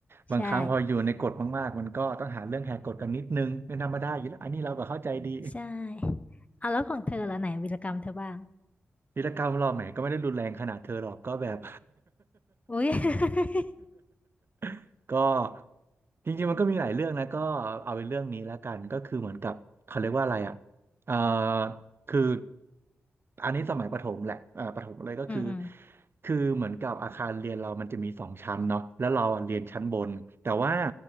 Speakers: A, on the right; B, on the left.
A: บางครั้งพออยู่ในกฎมากๆมันก็ต้องหาเรื่องแหกกฎกันนิดนึงเป็นธรรมดาอยู่แล้วอันนี้เราก็เข้าใจดี
B: ใช่ ใช่เอาแล้วของเธอละไหนวีรกรรมเธอบ้าง
A: วีรกรรมหรอแหมก็ไม่ได้รุนแรงขนาดเธอหรอกก็แบบ
B: อุ้ย <laughs>
A: <laughs> ก็จริงๆมันก็มีหลายเรื่องนะก็เอาเป็นเรื่องนี้แล้วกันก็คือเหมือนกับเขาเรียกว่าอะไรอ่ะเอ่อคืออันนี้สมัยประถมแหละเอ่อประถมเลยก็คือ
B: อืมอืม
A: คือเหมือนกับอาคารเรียนเรามันจะมีสองชั้นเนาะแล้วเราอะเรียนชั้นบนแต่ว่า